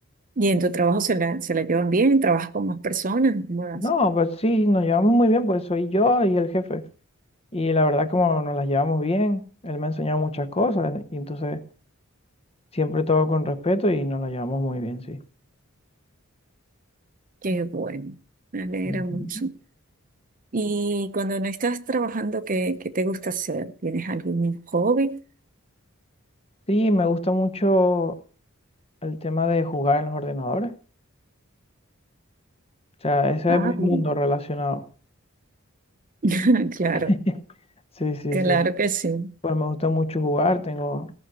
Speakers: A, on the right; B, on the left.
A: Y en tu trabajo se la, se la llevan bien, trabajas con más personas, ¿cómo das?
B: No, pues sí, nos llevamos muy bien, pues soy yo y el jefe. Y la verdad, como nos las llevamos bien, él me ha enseñado muchas cosas, y entonces siempre todo con respeto y nos las llevamos muy bien, sí.
A: Qué bueno, me alegra
B: Ujú.
A: mucho. Y cuando no estás trabajando, ¿qué, qué te gusta hacer? ¿Tienes algún hobby?
B: Sí, me gusta mucho el tema de jugar en los ordenadores. O sea, ese
A: Ah,
B: es mi mundo
A: bien.
B: relacionado.
A: <laughs> Claro,
B: <laughs> Sí, sí,
A: claro
B: sí.
A: que sí.
B: Pues me gusta mucho jugar. Tengo